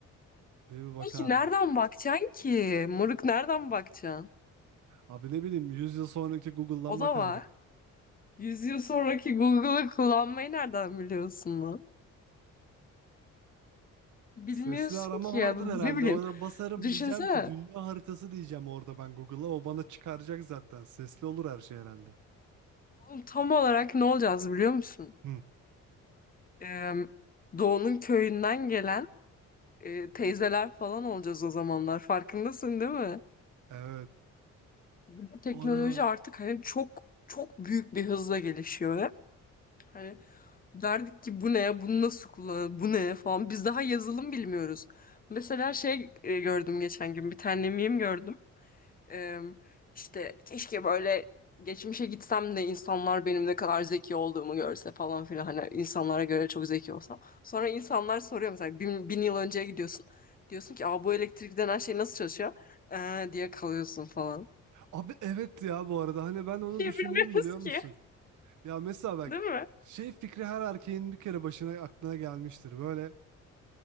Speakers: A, on the right; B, on the left.
A: diye bir bakardım.
B: peki nereden bakacaksın ki? Moruk nereden bakacaksın?
A: Abi ne bileyim 100 yıl sonraki Google'dan
B: O
A: bakardık.
B: da var. Yüz yıl sonraki Google'ı kullanmayı nereden biliyorsun lan? Bilmiyorsun
A: Sesli arama
B: ki
A: vardır
B: ya ne
A: herhalde.
B: bileyim.
A: Ona basarım
B: Düşünsene
A: diyeceğim ki dünya haritası diyeceğim orada ben Google'a. O bana çıkaracak zaten. Sesli olur her şey herhalde.
B: Oğlum, Tam olarak ne olacağız biliyor musun?
A: Hı.
B: Ee, Doğu'nun köyünden gelen e, teyzeler falan olacağız o zamanlar. Farkındasın değil mi?
A: Evet.
B: Bir de Teknoloji
A: Ona.
B: artık hani çok çok büyük bir hızla gelişiyor hep. Hani derdik ki bu ne, bunu nasıl kullanır, bu ne falan. Biz daha yazılım bilmiyoruz. Mesela şey e, gördüm geçen gün bir tane meme gördüm. Ee, işte keşke böyle geçmişe gitsem de insanlar benim ne kadar zeki olduğumu görse falan filan. Hani insanlara göre çok zeki olsam. Sonra insanlar soruyor mesela bin, bin yıl önceye gidiyorsun. Diyorsun ki Aa, bu elektrik denen şey nasıl çalışıyor? Ee, diye kalıyorsun falan.
A: Abi evet ya bu arada hani ben onu
B: <laughs> Bir
A: düşündüm
B: Şey bilmiyoruz
A: biliyor
B: ki.
A: musun? Ya mesela bak
B: Değil mi?
A: şey fikri her erkeğin bir kere başına aklına gelmiştir. Böyle